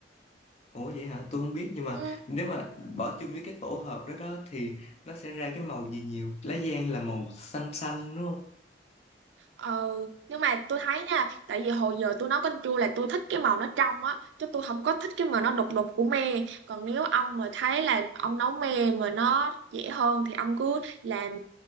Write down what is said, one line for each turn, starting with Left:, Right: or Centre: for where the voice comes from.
Left: Ủa vậy hả? Tôi không biết nhưng mà
Right: Ừ.
Left: nếu mà Ừ. bỏ chung với cái tổ hợp đó đó thì nó sẽ ra cái màu gì nhiều? Lá giang là màu xanh xanh đúng không?
Right: Ờ, nhưng mà tôi thấy nha, tại vì hồi giờ tôi nấu canh chua là tôi thích cái màu nó trong á, chứ tôi không có thích cái màu nó đục đục của me. Còn nếu ông mà thấy là ông nấu me mà nó dễ hơn thì ông cứ làm